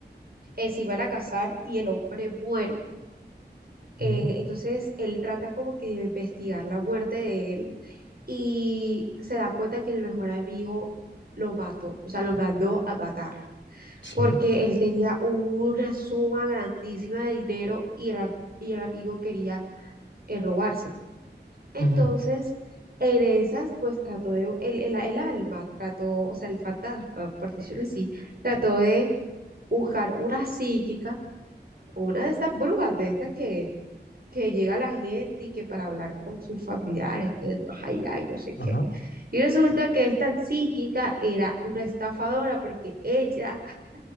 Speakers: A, on the right (about 55°); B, on the left (about 80°).
A: eh, se iban a casar y el hombre muere. Eh,
B: Ujú,
A: entonces él trata como que de investigar la muerte de él y se da cuenta que el mejor amigo lo mató, o sea, lo mandó a matar,
B: Sí.
A: porque él tenía una suma grandísima de dinero y el, a- y el amigo quería eh, robárselo. Entonces,
B: ujú,
A: en esas, pues trató de, el, el, el alma trató, o sea, el fantasma, por decirlo así, trató de buscar una psíquica, una de estas brujas, de estas que que llega la gente y que para hablar con sus familiares, que del más allá, y no sé qué.
B: Ajá.
A: Y resulta que esta psíquica era una estafadora porque ella <laughs>